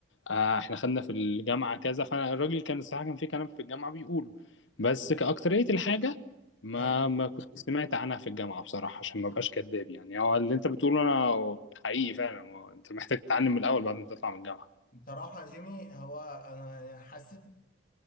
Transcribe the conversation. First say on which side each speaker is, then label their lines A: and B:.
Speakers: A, on the left (about 75°); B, on the left (about 45°).
A: آه، احنا خدنا في الجامعه كذا فالراجل كان الصراحه كان في كلام في الجامعه بيقوله بس كأكترية الحاجه ما
B: ايوه
A: ما كنت سمعت عنها في الجامعه بصراحه عشان ما بقاش كداب يعني هو اللي انت بتقوله انا حقيقي فعلا هو انت محتاج تتعلم من الاول بعد ما تطلع من الجامعه
B: بصراحه يا جيمي هو انا حسيت